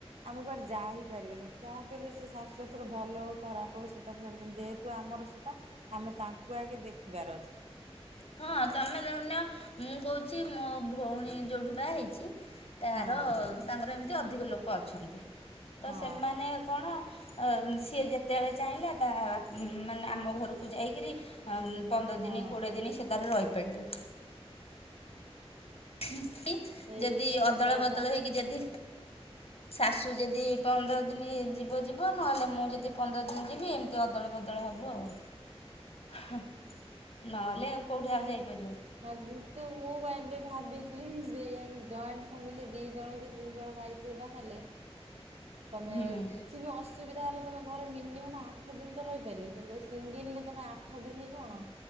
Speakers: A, on the right; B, on the left.
A: ଆମେ କୁଆଡେ ଯାହିଇ ପାରିବାନି ଯାହା ହେଲେ ସେ ଶାଶୁ ଶ୍ୱଶୁର ଭଲ ହଉ ଖରାପ ହଉ ସେଠ୍ <unintelligible> ଯେହେତୁ ଆମର ସେଇଟା ଆମେ ତାଙ୍କୁ ଆଗେ ଦେଖିବାର ଅଛି।
B: ହଁ ତମେ ନନ୍ୟ ମୁଁ କହୁଛି ମୋ ଭଉଣୀ ଯୋଉଠି ବା ହେଇଛି ତା
A: ହଁ
B: ର ତାଙ୍କର ଏମିତି ଅଧିକ ଲୋକ ଅଛନ୍ତି ତ
A: ହଁ
B: ସେମାନେ କଣ ଅ ସିଏ ଯେତେବେଳେ ଚାହିଁଲା ତା ମାନେ ଆମ ଘରକୁ ଯାଇକିରି ଆମ୍ ପନ୍ଦର
A: ହଁ
B: ଦିନି କୋଡ଼ିଏ ଦିନି ସେ ତାରେ ରହିପାରିବ। <unintelligible>
A: ସେଇଟା
B: ଯଦି
A: ସତ
B: ଅଦଳ
A: କଥା
B: ବଦଳ
A: ବା।
B: ହେଇକି ଯଦି ଶାଶୁ ଯଦି ପନ୍ଦର ଦିନି ଯିବ ଯିବ ନହେଲେ ମୁଁ ଯଦି ପନ୍ଦର ଦିନ ଯିବି ଏମ୍ ତି ଅଦଳ ବଦଳ ହବୁ ଆଉ ହଁ ନହେଲେ ଆଉ କୋଉଠି ଆଉ ଯାଇପାରିବ।
A: ତା କିନ୍ତୁ ମୁଁ ବା ଏବେ ଭାବିଛି ସେଇଆ କିନ୍ ଜଏଣ୍ଟ ଫାମିଲି ଦି ଜଣ ଲି ତିନି ଜଣ ଭାଇ ଥିବେ ବା ହେଲେ ତମେ
B: ହୁଁ।
A: କିଛି ବି ଅସୁବିଧା ହେଲେ ତୁମେ ଘରେ ମିନିମମ୍ ଆଠ ଦିନ ତ ରହିପାରିବ କିନ୍ତୁ ସିଙ୍ଗିଲ୍ ରେ ତୁମେ ଆଠ ଦିନି କଣ